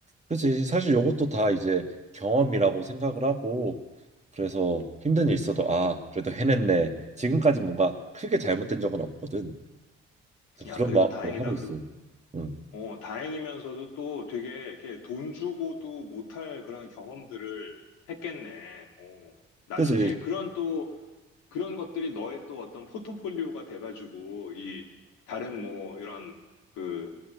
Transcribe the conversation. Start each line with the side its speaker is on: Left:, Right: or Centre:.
Right: 그치 사실 요것도 다 이제 경험이라고 생각을 하고 그래서 힘든 일 있어도 아 그래도 해냈네. 지금까지 뭔가 크게 잘못된 적은 없거든. 그래서
Left: 야,
Right: 그런
Left: 그래도
Right: 마음으로
Left: 다행이다.
Right: 하고 있어.
Left: 그리고
Right: 응.
Left: 어, 다행이면서도 또 되게 이렇게 돈 주고도 못할 그런 경험들을 했겠네. 어, 나중에
Right: 그지
Left: 그런 또 그런 것들이 너의 또 어떤 포트폴리오가 돼가지고 이 다른 뭐 이런 그